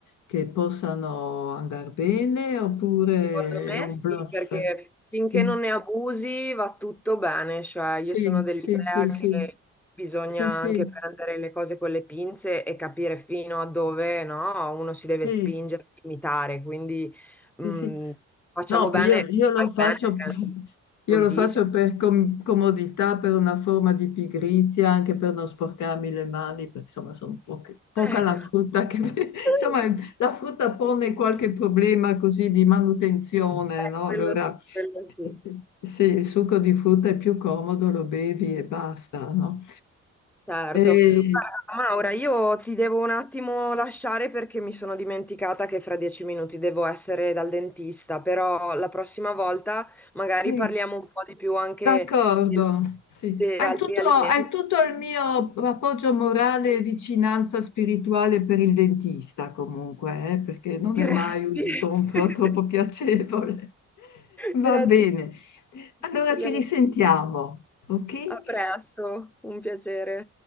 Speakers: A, on the left; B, in the centre.
A: che possano andare bene oppure
B: Secondo me
A: è un
B: sì,
A: bluff?
B: perché finché
A: Sì,
B: non ne abusi va tutto bene, cioè io
A: sì,
B: sono dell'idea
A: sì, sì, sì,
B: che bisogna
A: sì,
B: anche
A: sì,
B: prendere le cose con le pinze e capire fino a dove, no, uno si deve
A: sì.
B: spingere, limitare, quindi mh,
A: sì. sì.
B: facciamo
A: No,
B: bene,
A: io, io lo
B: fai
A: faccio,
B: bene,
A: <laughs>
B: anche
A: io
B: così.
A: lo faccio
B: se-
A: per com- comodità, per una forma di pigrizia, anche per non sporcarmi le mani, perché insomma sono poche- poca
B: Ecco,
A: la frutta che... <laughs>
B: <laughs>
A: insomma la frutta pone qualche problema così di manutenzione,
B: Eh,
A: no?
B: quello
A: Allora
B: sì, quello sì.
A: eh, sì, il succo di frutta è più comodo, lo bevi e basta, no?
B: Certo.
A: E,
B: Guarda, Maura, io ti devo un attimo lasciare perché mi sono dimenticata che fra dieci minuti devo essere dal dentista, però la prossima volta magari
A: sì,
B: parliamo un po' di più anche
A: D'accordo,
B: di,
A: sì.
B: di
A: Hai
B: altri
A: tutto,
B: alimenti.
A: hai tutto il mio appoggio morale e vicinanza spirituale per il dentista, comunque, eh, perché non
B: Grazie.
A: è mai un incontro
B: <laughs>
A: troppo piacevole. <laughs> Va
B: Grazie.
A: bene. Allora
B: Speriamo.
A: ci risentiamo, ok?
B: A presto, un piacere.